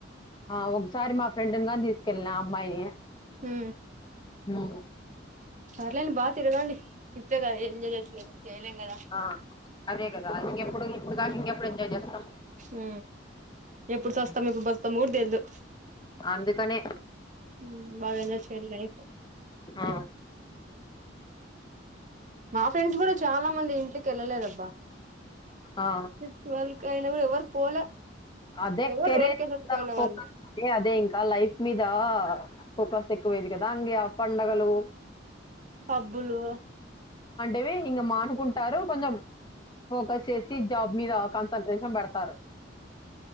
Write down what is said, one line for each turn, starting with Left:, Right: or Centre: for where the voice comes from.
Left: ఆ ఒకసారి మా ఫ్రెండు ని గాని తీసుకెళ్లిన అమ్మాయి
Right: హు
Left: హు
Right: పర్లేని బా తిరగండి ఇప్పే గద ఏంజాయ్ చేసేది చేయాలెం కదా
Left: ఆ, అదే కదా ఇంకెప్పుడు ఇప్పుడు గాక ఇంకెప్పుడు ఎంజాయ్ చేస్తాం
Right: ఉ ఎప్పుడు సస్తాం ఎప్పుడు బతుకుతమోగు తెల్దు
Left: అందుకనే
Right: ఆ బాగ ఎంజాయ్ చేయాలి లైఫ్ ఆ
Left: ఆ,
Right: నా ఫ్రెండ్స్ కూడా చాలా మంది ఇంటికి కేళ్ళలేదబ్బా
Left: ఆ.
Right: శివాల్ కాయల కూడా ఎవరు పోలే
Left: అదే
Right: ఎవరు
Left: కెరెడ్
Right: రేర్ కేసెస్ పోయిన వాళ్ళు
Left: అదే ఇంకా లైఫ్ మీద ఫోకస్ ఎక్కువైంది కదా అంగే పండగలు
Right: పబ్బులు
Left: ఇవి ఇంగ మానుకుంటారు కొంచెం ఫోకస్ చేసి జాబ్ మీద కాన్సన్ట్రేషన్ పెడతారు